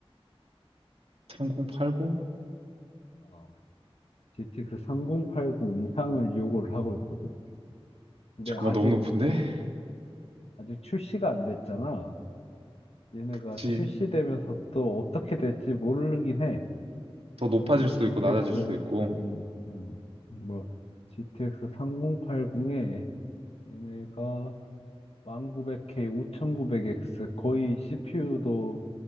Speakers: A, on the right; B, on the left.
A: 3080?
B: 어 GTX 3080 이상을 요구를 하고 있거든 근데
A: 잠깐만,
B: 아직
A: 너무 높은데?
B: 아직 출시가 안 됐잖아. 얘네가
A: 그치.
B: 출시되면서 또 어떻게 될지 모르긴 해.
A: 더 높아질
B: 그러면
A: 수도
B: GTX,
A: 있고, 낮아질 수도 있고.
B: 음, 음, 뭐, GTX 3080에 얘네가 1900K, 5900X 거의 CPU도